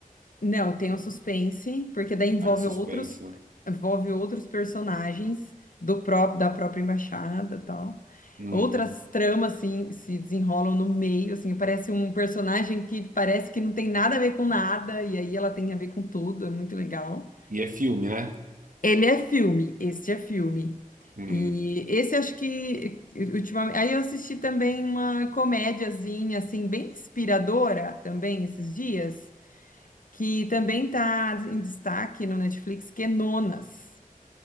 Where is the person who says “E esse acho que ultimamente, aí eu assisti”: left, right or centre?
Left